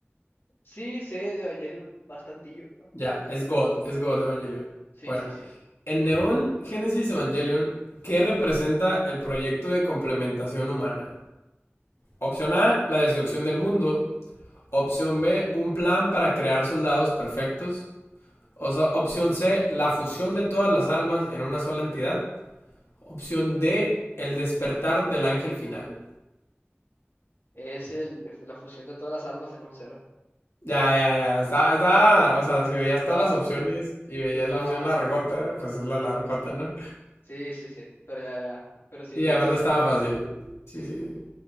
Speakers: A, on the left; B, on the left.
A: Sí, sé de Evangelion bastantillo.
B: Ya, es God, es God Evangelion.
A: Sí,
B: Bueno,
A: sí, sí, sí.
B: en Neon Genesis Evangelion, ¿qué
A: Sí.
B: representa el proyecto de complementación humana? Opción A, la destrucción del mundo. Opción B, un plan para crear soldados perfectos. O sea, opción C, la fusión de todas las almas en una sola entidad. Opción D, el despertar del ángel final.
A: Es el, es la fusión de todas las almas en un cero.
B: Ya, ya, ya. Está, está. O sea, si veías
A: Estaba,
B: todas las opciones
A: sí,
B: y veías
A: sí, estaba
B: la opción
A: fácil.
B: largota, pues es la largota, ¿no?
A: Sí, sí, sí. Pero ya, ya. Pero sí,
B: Sí, aparte
A: sí sé
B: estaba
A: que
B: fácil.
A: verla.
B: Sí,
A: Sí, sí,
B: sí.
A: sí.
B: sí.